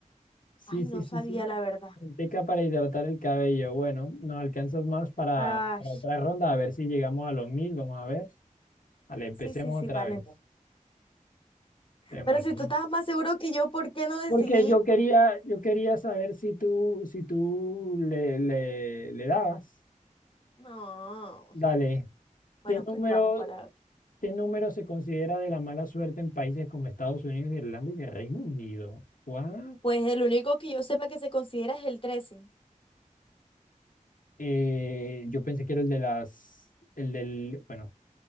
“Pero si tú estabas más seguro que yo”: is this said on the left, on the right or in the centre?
Left